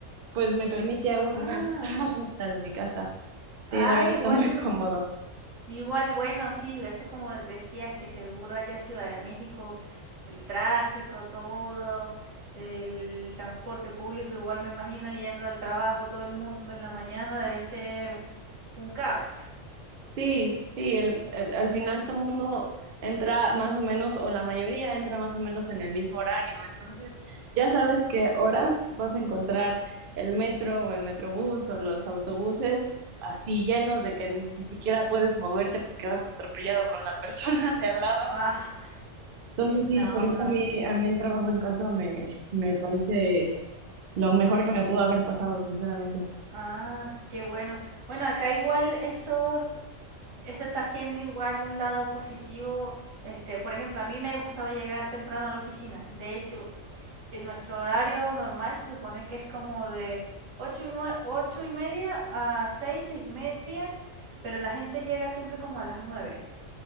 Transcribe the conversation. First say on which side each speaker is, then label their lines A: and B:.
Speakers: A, on the right; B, on the right.
A: pues me permite aún
B: Ah,
A: más <laughs> estar en mi casa. Sí,
B: ah,
A: la verdad
B: igual.
A: está muy cómodo.
B: Igual, bueno, sí, eso como decías que seguro allá Ciudad de México, el tráfico, todo, el transporte público, igual me imagino yendo al trabajo todo el mundo en la mañana debe ser un caos. <laughs>
A: Sí, sí, el- el- al final todo el mundo entra más o menos, o la mayoría entra más o menos en el mismo horario, entonces ya sabes qué horas vas a encontrar el metro o el metrobús o los autobuses así llenos de que ni siquiera puedes moverte porque vas atropellado con la persona <laughs> de al lado.
B: Ah, sí,
A: Entonces
B: no,
A: sí, por eso
B: no.
A: a mí, a mí el trabajo en casa me, me parece lo mejor que me pudo haber pasado, sinceramente.
B: Ah, qué bueno. Bueno, acá igual eso eso está siendo igual un lado positivo. Este, por ejemplo, a mí me gustaba llegar temprano a la oficina. De hecho, en nuestro horario normal se supone que es como de 8 y, nue- ocho y media a seis seis y media, pero la gente llega siempre como a las nueve